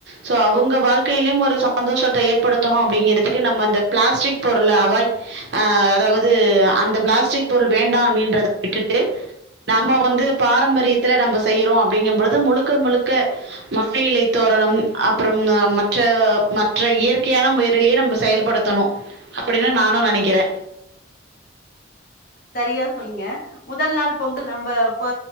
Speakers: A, on the right; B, on the left.
A: சோ அவங்க வாழ்க்கையிலும் ஒரு சந்தோஷத்த ஏற்படுத்தணும் அப்டிங்கறதுக்கு நம்ம அந்த பிளாஸ்டிக் பொருள அவாய்ட் அ அதாவ்து அந்த பிளாஸ்டிக் பொருள் வேண்டா அப்படின்றத விட்டுட்டு நம்ம வந்து பாரம்பரியத்துல நம்ப செய்யிறோம் அப்டிங்கும்பொழுது முழுக்க முழுக்க மா இலை தோரணம் அப்புறம் மற்ற மற்ற இயற்கையான முயறலயே நம்ப செயல்படுத்தணு அப்படின்னு நானு நெனைக்கிற
B: சரியா சொன்னிங்க முதல் நாள் பொங்கல் நம்ப போ